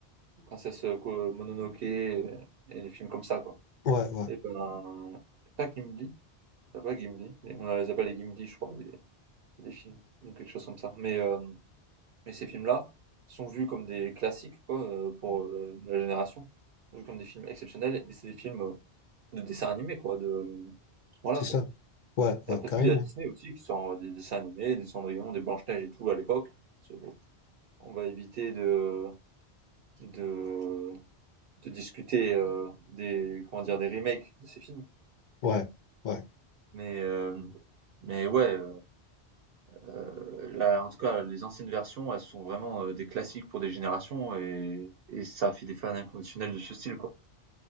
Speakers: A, on the right; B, on the left.
A: Princesse, Ko Mononoke et et les films comme ça quoi.
B: Ouais, ouais,
A: Et ben, pas Gimli, pas pas Gimli, mais on les appelle les Gimli je crois les les films ou quelque chose comme ça. Mais, hem, mais ces films-là sont vus comme des classiques quoi, heu, pour, heu, la génération, sont vus comme des films exceptionnels et c'est des films, euh, De dessins animés quoi, de voilà
B: c'est
A: quoi.
B: ça. Ouais,
A: Et
B: ouais,
A: après
B: carrément.
A: tout, il y a Disney aussi qui sort des dessins animés, des Cendrillon, des Blanche-Neige et tout à l'époque. Parce que, bon, On va éviter de de, de discuter euh, des comment dire des remakes de ces films.
B: Ouais, ouais.
A: Mais euh, mais ouais, euh, là en tout cas les anciennes versions, elles sont vraiment euh, des classiques pour des générations et et ça fait des fans inconditionnels de ce style quoi.